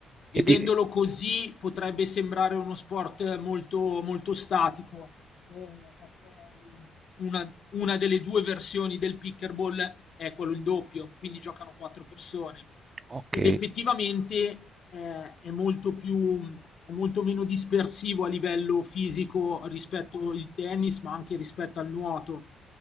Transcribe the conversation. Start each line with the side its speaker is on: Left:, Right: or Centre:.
Left: vedendolo
Right: E di-
Left: così potrebbe sembrare uno sport molto, molto statico, eh, perché una, una delle due versioni del pickleball è quello in doppio, quindi giocano quattro persone.
Right: ok.
Left: Ed effettivamente eh, è molto più, è molto meno dispersivo a livello fisico rispetto al tennis, ma anche rispetto al nuoto.